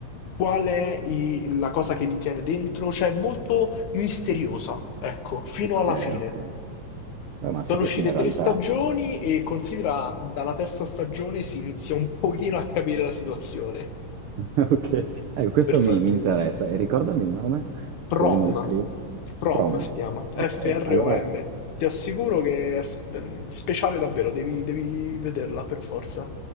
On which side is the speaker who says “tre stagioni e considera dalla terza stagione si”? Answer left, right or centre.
Left